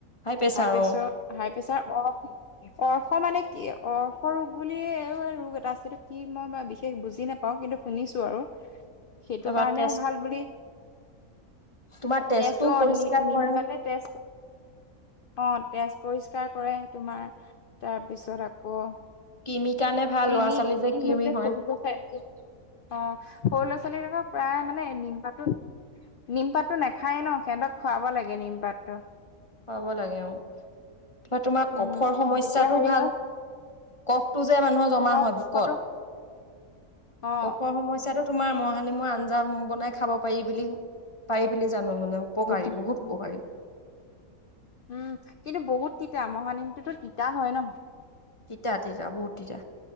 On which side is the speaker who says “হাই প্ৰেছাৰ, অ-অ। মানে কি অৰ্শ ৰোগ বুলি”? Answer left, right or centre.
Left